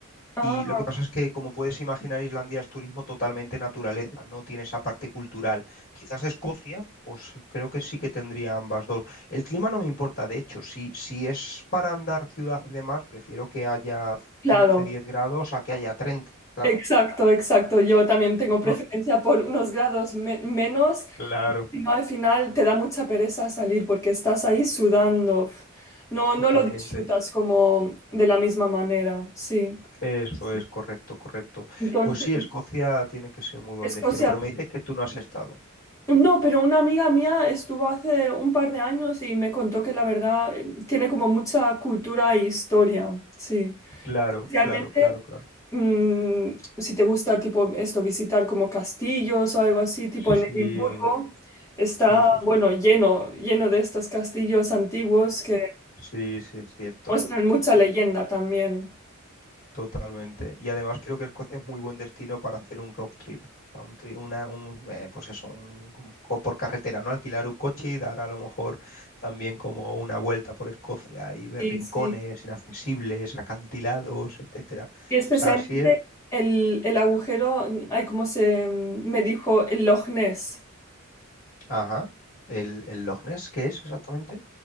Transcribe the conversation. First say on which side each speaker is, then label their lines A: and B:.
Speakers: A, on the left; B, on the left.
A: Ah,
B: Y lo que pasa es que, como puedes imaginar, Islandia es turismo totalmente naturaleza, no tiene esa parte cultural. Quizás Escocia, pues creo que sí que tendría ambas dos. El clima no me importa, de hecho, si, si es para andar ciudad y demás, prefiero que haya
A: claro.
B: 15 10 grados a que haya treinta. claro.
A: Exacto, exacto. Yo también tengo preferencia
B: Mm,
A: por unos grados me- menos,
B: Claro,
A: si no al final te da mucha pereza salir porque estás ahí sudando. Uf, No,
B: totalmente.
A: no lo disfrutas como de la misma manera, sí.
B: Eso
A: Sí.
B: es correcto, correcto.
A: Entonces,
B: Pues sí, Escocia tiene que ser muy buen
A: Escocia.
B: destino, pero me dices que tú no has estado.
A: No, pero una amiga mía estuvo hace un par de años y me contó que la verdad eh, tiene como mucha cultura e historia, sí.
B: Claro,
A: Especialmente
B: claro, claro, claro.
A: mm, si te gusta tipo esto, visitar como castillos o algo así, tipo
B: Sí,
A: en Edimburgo, está,
B: sí, sí, sí.
A: bueno, lleno, lleno de estos castillos antiguos que
B: Sí, sí, es cierto.
A: muestran mucha
B: es cierto,
A: leyenda también.
B: Totalmente. Y además creo que Escocia es muy buen destino para hacer un road trip. o sea, un, tri- una, un, eh, pues eso, un, un co- por carretera, ¿no? Alquilar un coche y dar a lo mejor también como una vuelta por Escocia y ver
A: Sí,
B: rincones
A: sí.
B: inaccesibles, acantilados, etcétera. O
A: Y especialmente
B: sea, así es.
A: el, el agujero, hay como se mm, me dijo, el Loch Ness.
B: Ajá. ¿El, el Loch Ness qué es exactamente?